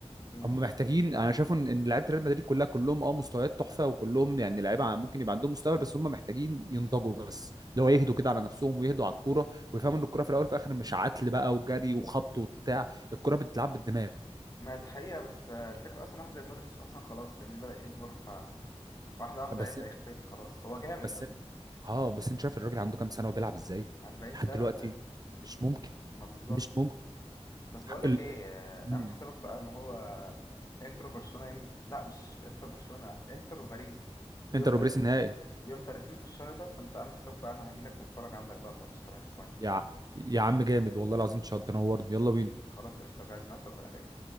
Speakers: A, on the left (about 30°); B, on the right (about 35°).
A: امم
B: هم محتاجين انا شايف ان إن لعيبه ريال مدريد كلها كلهم اه مستويات تحفه وكلهم يعني لعيبه ممكن يبقى عندهم مستوى بس هم محتاجين ينضجوا بس لو يهدوا كده على نفسهم ويهدوا على الكوره ويفهموا ان الكوره في الاول وفي الاخر مش عتل بقى وجري وخبط وبتاع الكوره بتتلعب بالدماغ
A: ما دي حقيقة بس آه، الفكرة اصلا واحد زي مودريتش اصلا خلاص فاهمني بدأ يكبر واحدة واحدة
B: بس
A: هيبدأ يختفي خلاص هو جامد
B: بس
A: بس
B: اه بس انت شايف الراجل عنده كام سنه وبيلعب ازاي
A: 40
B: لحد
A: سنة
B: دلوقتي
A: فاهم
B: مش ممكن
A: ما بالظبط
B: مش ممكن
A: بس بقولك
B: حق ال...
A: ايه آه،
B: مم.
A: اعمل حسابك بقى اللي هو انترو برشلونة يوم... لا مش انترو برشلونة انترو باريس يوم
B: انتر
A: تل...
B: وبريس النهائي
A: يوم 30 في الشهر ده فانت اعمل حسابك بقى انا هجيلك نتفرج عندك بقى الماتش كمان اسبوعين
B: يا
A: يعني
B: ع- يا عم جامد والله العظيم تشرف تنورني يلا بينا
A: خلاص قشطة جهز نفسك وانا جاي